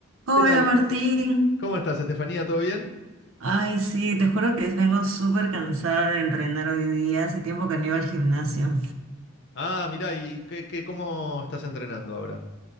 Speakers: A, on the right; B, on the left.
A: Hola
B: ¿Qué tal?
A: Martín.
B: ¿Cómo estás, Estefanía? ¿Todo bien?
A: Ay, sí, te juro que vengo súper cansada de entrenar hoy día. Hace tiempo que no iba al gimnasio.
B: Ah, mirá, ¿y qué, qué- cómo estás entrenando ahora?